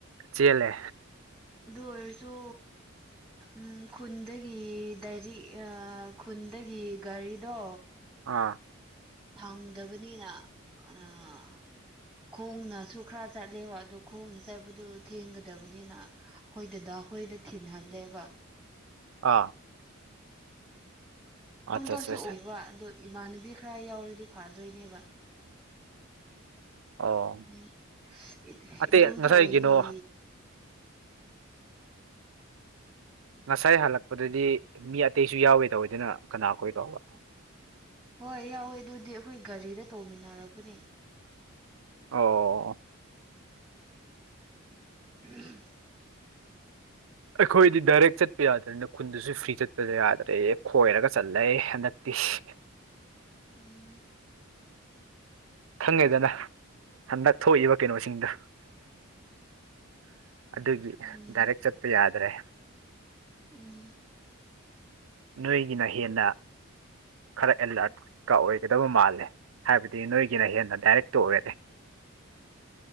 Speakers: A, on the right (about 75°); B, in the centre.
A: ꯆꯦꯜꯂꯦ
B: ꯑꯗꯨ ꯑꯣꯏꯔꯁꯨ ꯎꯝ ꯈꯨꯟꯗꯒꯤ ꯗꯥꯏꯔꯤ ꯈꯨꯟ ꯑꯩꯒꯤ ꯒꯥꯔꯤꯗꯣ
A: ꯑꯥ
B: ꯐꯪꯗꯕꯅꯤꯅ ꯑꯥ ꯈꯣꯡꯅꯁꯨ ꯈꯔ ꯆꯠꯂꯦꯕ ꯑꯗꯨ ꯈꯣꯡꯅ ꯆꯠꯄꯗꯨ ꯊꯦꯡꯒꯗꯕꯅꯤꯅ ꯑꯩꯈꯣꯏ ꯗꯥꯗꯥ ꯍꯣꯏꯗ ꯊꯤꯟꯍꯜꯂꯦꯕ
A: ꯑꯥ
B: ꯏꯇꯣꯟꯇꯁꯨ
A: ꯑꯠꯆꯥ ꯑꯠꯆꯥ
B: ꯑꯣꯏꯕ ꯑꯗꯣ ꯏꯃꯥꯟꯅꯕꯤ ꯈ꯭ꯔ ꯌꯥꯎꯔꯗꯤ ꯐꯥꯗꯣꯏꯅꯦꯕ
A: ꯑꯣ
B: ꯎꯝ ꯏ
A: ꯑꯇꯩ
B: ꯏꯇꯣꯝꯇ
A: ꯉꯁꯥꯏ
B: ꯑꯣꯏꯕꯒꯤ
A: ꯀꯩꯅꯣ ꯉꯁꯥꯏ ꯍꯜꯂꯛꯄꯗꯗꯤ ꯃꯤ ꯑꯇꯩꯁꯨ ꯌꯥꯎꯋꯦ ꯇꯧꯋꯦꯗꯅ ꯀꯅꯥꯈꯣꯏꯔꯣꯕ
B: ꯍꯣꯏ ꯌꯥꯎꯋꯦ ꯑꯗꯨꯗꯤ ꯑꯩꯈꯣꯏ ꯒꯥꯔꯤꯗ ꯇꯣꯡꯃꯤꯟꯅꯔꯛꯄꯅꯦ
A: ꯑꯣ
B: <inaudible>
A: ꯑꯩꯈꯣꯏꯗꯤ ꯗꯥꯏꯔꯦꯛ ꯆꯠꯄ ꯌꯥꯗ꯭ꯔꯦꯅ ꯈꯨꯟꯗꯨꯁꯨ ꯐ꯭ꯔꯤ ꯆꯠꯄ ꯌꯥꯗ꯭ꯔꯦ ꯈꯣꯏꯔꯒ ꯆꯠꯂꯦ ꯍꯟꯗꯛ ꯏꯁ
B: ꯎꯝ
A: ꯈꯪꯉꯦꯗꯅ ꯍꯟꯗꯛ ꯊꯣꯛꯏꯕ ꯀꯩꯅꯣꯁꯤꯡꯗꯣ ꯑꯗꯨꯒꯤ
B: ꯎꯝ
A: ꯗꯥꯏꯔꯦꯛ ꯆꯠꯄ ꯌꯥꯗ꯭ꯔꯦ
B: ꯎꯝ
A: ꯅꯣꯏꯒꯤꯅ ꯍꯦꯟꯅ ꯈꯔ ꯑꯦꯂꯔꯠꯀ ꯑꯣꯏꯒꯗꯕ ꯃꯥꯜꯂꯦ ꯍꯥꯏꯕꯗꯤ ꯅꯣꯏꯒꯤꯅ ꯍꯦꯟꯅ ꯗꯥꯏꯔꯦꯛꯇꯣ ꯑꯣꯏꯔꯦ